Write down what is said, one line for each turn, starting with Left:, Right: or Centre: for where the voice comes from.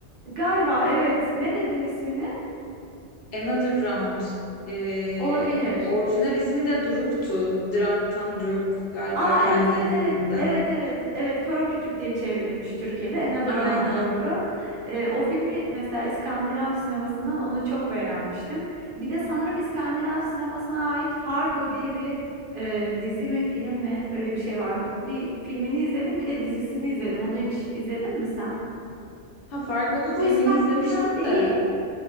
Right: Galiba evet. Ne dedin ismini?
Left: Another Round. Ee,
Right: Olabilir.
Left: orijinal ismi de Druk'tu. Drunk'tan Druk galiba
Right: Aa
Left: kendi
Right: evet evet
Left: dillerinde.
Right: evet. Evet evet. Evet Kör Kütük diye çevrilmiş Türkiye'de. Another
Left: Aynen.
Right: Round doğru. Ee, o filmi mesela İskandinav sinemasından onu çok beğenmiştim. Bir de sanırım İskandinav sinemasına ait Fargo diye bir e, dizi mi film mi öyle bir şey var. Bir, bir filmini izledim bir de dizisini izledim. Onu hiç izledin mi sen?
Left: Ha Fargo'nun filmini
Right: Bu İskandinav
Left: izlemiştim
Right: değil.
Left: de.